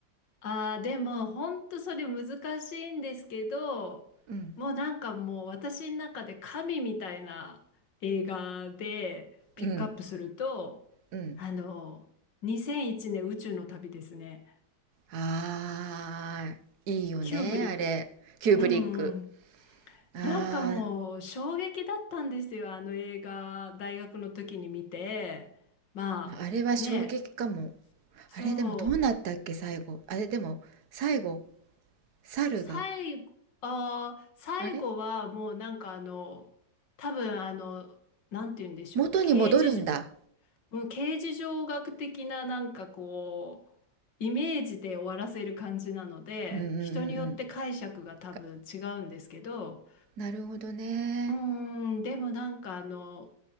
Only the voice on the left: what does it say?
ああ、でも、本当それ難しいんですけど、
もうなんかもう私の中で神みたいな映画でピックアップすると、
あの、2001年宇宙の旅ですね。
キューブリック、うんうん。
なんかもう衝撃だったんですよ。あの映画、大学の時に見て。まあ、
ね、そう。
最後、あー、最後はもうなんかあの、
多分あの、なんて言うんでしょう、
刑事じ、もう刑事上学的ななんかこう、イメージで終わらせる感じなので、
人によって解釈が多分違うんですけど、
うーん、でもなんかあの、